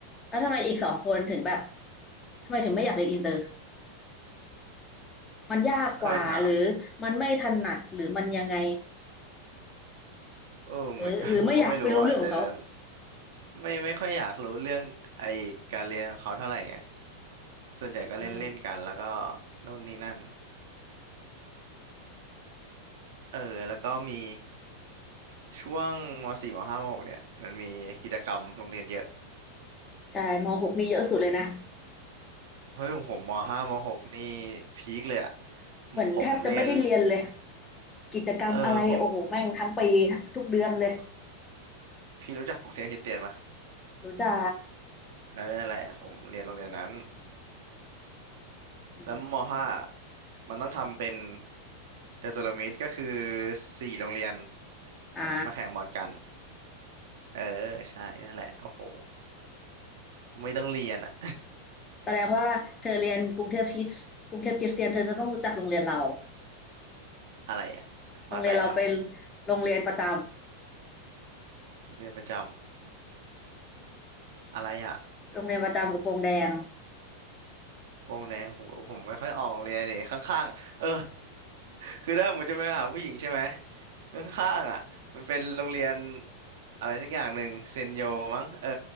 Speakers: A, on the left; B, on the right.
A: แล้วทำไมอีกสองคนถึงแบบทำไมถึงไม่อยากเรียนอินเตอร์มันยากกว่าหรือมันไม่ถนัดหรือมันยังไง
B: เคยถามเออเหมือนกัน
A: หรือหรือไม่อยากไปรู้เรื่องของเขา
B: <laughs> ผมก็ไม่รู้อ่ะเดี๋ยวเดี๋ยวไม่ไม่ค่อยอยากรู้เรื่องไอการเรียนของเขาเท่าไหร่ไงส่วนใหญ่ก็เล่นเล่นกันแล้วก็
A: อืม
B: นู่นนี่นั่น เออแล้วก็มีช่วงมสี่มห้ามหกเนี่ยมันมีกิจกรรมโรงเรียนเยอะ
A: ใช่ม .6 นี่เยอะสุดเลยนะ
B: เฮ้ยของผมมห้ามหกนี่พีคเลยอ่ะ
A: เหมือนแทบจะไม่ได้เรียนเลย
B: ผมเรียน
A: กิจกรรมอะไรโอ้โหแม่งทั้งปีทั้งทุกเดือนเลย
B: เออผมพี่รู้จักกรุงเทพคริสเตียนมา
A: รู้จ้า
B: เออนั่นแหละผมเรียนโรงเรียนนั้น
A: อืม
B: แล้วมห้ามันต้องทำเป็นจตุรมิตรก็คือสี่โรงเรียน
A: อ่า
B: มาแข่งบอลกันเออใช่นั่นแหละโอ้โหไม่ต้องเรียนอ่ะ
A: แสดงว่าเธอเรียนกรุงเทพคริสกรุงเทพคริสเตียนเธอจะต้องรู้จักโรงเรียนเรา
B: <laughs> อะไรอ่ะมาแต่อ่ะ
A: โรงเรียนเราเป็นโรงเรียนประจ
B: เรียนประจำอะไรอ่ะ
A: ำโรงเรียนประจำกระโปรงแดง
B: วงแดงผมผมไม่ค่อยออกเลยเนี่ยข้างๆอะเออ <laughs> คือถ้าผมจะไปหาผู้หญิงใช่ไหมข้างๆอ่ะมันเป็นโรงเรียนอะไรสักอย่างหนึ่งเซนโยมั้งเออ